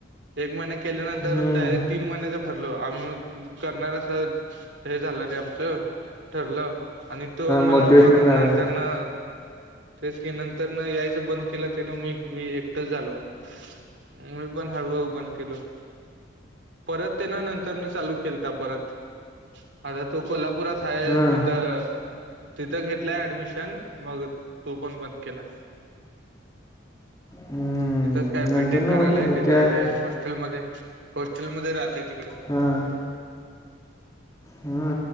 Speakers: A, on the right; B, on the left.
A: एक महिन्या केल्यानंतर
B: हम्म.
A: डायरेक्ट तीन महिन्याच भरलो आम्ही करणार असं हे झालंल आमच ठरलं आणि तो मला
B: मोटिवेशनल
A: मग
B: झाला
A: नंतर न तेच की नंतर न यायचं बंद केलं ते ना मी मी एकटंच झालो मी पण हळव बन केलो परत ते ना नंतर न चालू केलता परत आता तो कोल्हापुरात आहे
B: हां
A: तिथं तिथं घेतलाय ऍडमिशन मग तो पण बंद केला
B: हम्म
A: तिथंच काय
B: नंतर
A: बीटेक
B: ना
A: करायलाय
B: होत नाही रे
A: तिथं
B: त्या
A: हे हॉस्टेलमध्ये हॉस्टेलमध्येध्ये राहते तिकड
B: हां हा